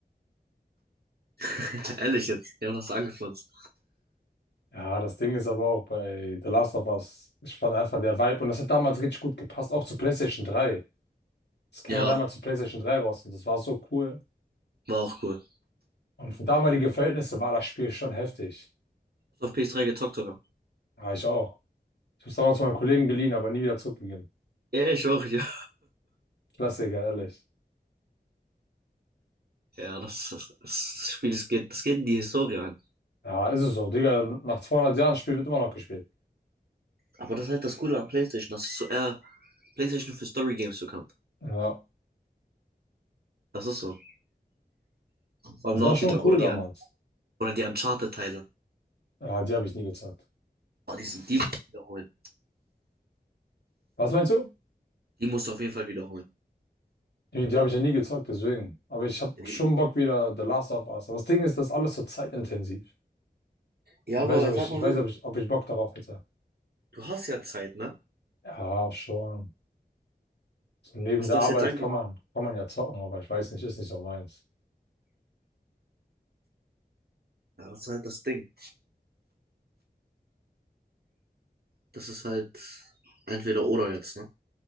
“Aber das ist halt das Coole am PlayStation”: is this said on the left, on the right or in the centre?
Right